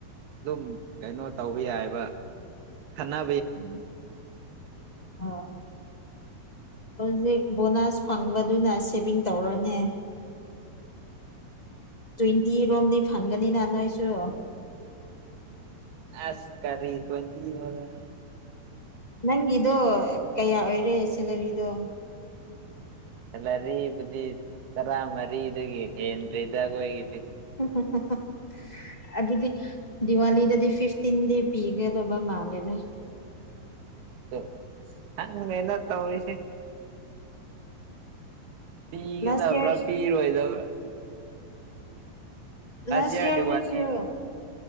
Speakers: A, on the right; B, on the left.
A: ꯗꯨꯝ ꯀꯩꯅꯣ ꯇꯧꯕ ꯌꯥꯏꯕ ꯈꯅ
B: <unintelligible> ꯍꯨꯖꯤꯛ ꯕꯣꯅꯥꯁ ꯐꯪꯕꯗꯨꯅ ꯁꯦꯚꯤꯡ ꯇꯧꯔꯅꯦ꯫ ꯇ꯭ꯋꯦꯟꯇꯤ ꯔꯣꯝꯗꯤ ꯐꯪꯒꯅꯤꯅ ꯅꯣꯏꯁꯨ꯫
A: ꯑꯁ ꯀꯔꯤ ꯇ꯭ꯋꯦꯟꯇꯤ ꯅꯣꯗ
B: ꯅꯪꯒꯤꯗꯣ ꯀꯌꯥ ꯑꯣꯏꯔꯦ ꯁꯦꯂꯔꯤꯗꯣ?
A: ꯁꯦꯂꯔꯤꯕꯨꯗꯤ ꯇꯔꯥꯃꯔꯤꯗꯒꯤ ꯍꯦꯟꯗ꯭ꯔꯤꯗ ꯑꯈꯣꯏꯒꯤꯗꯤ꯫
B: <unintelligible> ꯑꯗꯨꯗꯤ ꯗꯤꯋꯥꯂꯤꯗꯗꯤ ꯐꯤꯐꯇꯤꯟꯗꯤ ꯄꯤꯒꯗꯧꯕ ꯃꯥꯜꯂꯦꯗ꯫
A: ꯗꯣ ꯈꯪꯗ꯭ꯔꯦꯗ ꯇꯧꯔꯤꯁ ꯄꯤꯒꯗꯕ꯭ꯔꯥ
B: ꯂꯥꯁ ꯏꯌꯥꯔ
A: ꯄꯤꯔꯣꯏꯗꯕ꯭ꯔꯥ
B: ꯂꯥꯁ
A: ꯏꯌꯥꯔ
B: ꯏꯌꯥꯔꯗꯁꯨꯔꯣ
A: ꯗꯤꯋꯥꯂꯤ